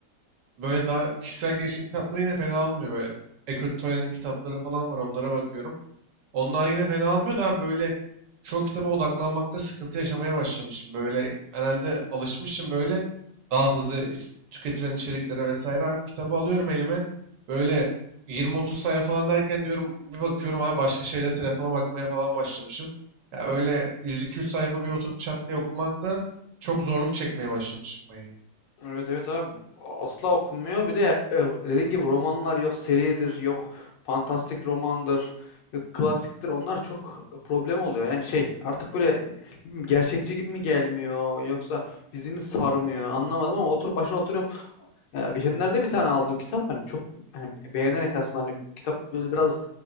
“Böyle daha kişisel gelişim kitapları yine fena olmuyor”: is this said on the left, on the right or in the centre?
Right